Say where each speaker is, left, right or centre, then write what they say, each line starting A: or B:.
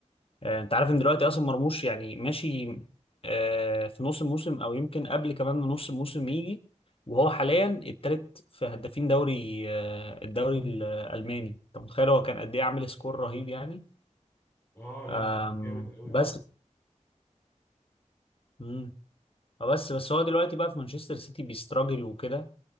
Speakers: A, on the left; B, on the left.
A: آه، انت عارف ان دلوقتي اصلا مرموش يعني ماشي آه، في نص الموسم او يمكن قبل كمان من نص الموسم يجي وهو حاليا التالت في هدافين دوري آه، الدوري الالماني انت متخيل هو كان قد ايه عامل سكور رهيب يعني
B: اه لا
A: آم،
B: جامد قوي بصراحه
A: بس مم. بس بس هو دلوقتي بقى في مانشستر سيتي بيستراجل وكده